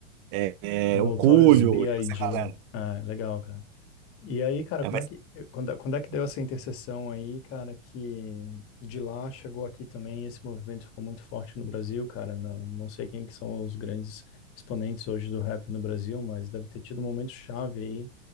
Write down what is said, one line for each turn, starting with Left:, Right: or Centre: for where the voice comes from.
Right: é,
Left: Notorious
Right: é, o Coolio,
Left: B.I.G.
Right: e essa galera.
Left: Ah, legal, cara. E aí, cara,
Right: É,
Left: como
Right: mas,
Left: é que quando, quando é que deu essa interseção aí, cara, que de lá chegou aqui também, esse movimento ficou muito forte no Brasil, cara. Não, não sei quem que são os grandes exponentes hoje do rap no Brasil, mas deve ter tido um momento chave aí